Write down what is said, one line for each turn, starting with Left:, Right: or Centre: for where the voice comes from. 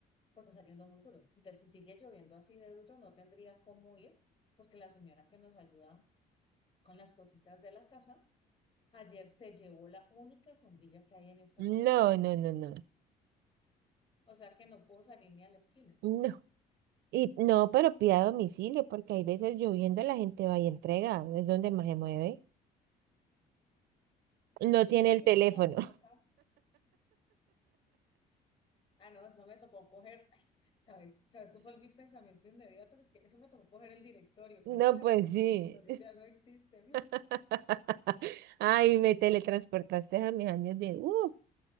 Left: porque está lloviendo muy duro. Entonces, si sigue lloviendo así de duro, no tendría cómo ir, porque la señora que nos ayuda con las cositas de la casa, ayer se llevó la única sombrilla que hay en esta
Right: No,
Left: casa.
Right: no, no, no,
Left: O sea que no puedo salir ni a la esquina.
Right: no. Y no, pero pida a domicilio, porque hay veces lloviendo la gente va y entrega, es donde más se mueve. No
Left: Sí,
Right: tiene el
Left: sí,
Right: teléfono.
Left: sí, o sea, toca Ah, no, eso me tocó coger, ay, ¿sabes? ¿Sabes cuál fue mi pensamiento inmediato? Es que eso me tocó coger el directorio,
Right: No,
Left: marica, ¿verdad
Right: pues
Left: que los
Right: sí.
Left: directorios ya no existen?
Right: <laughs> Ay, me teletransportaste a mis años de... Uh,